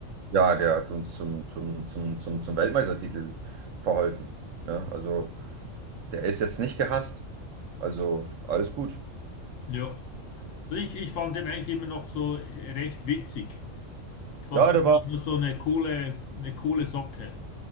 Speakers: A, on the right; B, on the left.
A: Ja, der hat uns zum, zum, zum, zum, zum Weltmeistertitel verholfen. Ne? Also der ist jetzt nicht gehasst. Also alles gut.
B: ja. Also ich, ich fand den eigentlich immer noch so äh, recht witzig. Ich fand
A: Ja,
B: es
A: der
B: eigentlich
A: war,
B: nur so eine coole, eine coole Socke.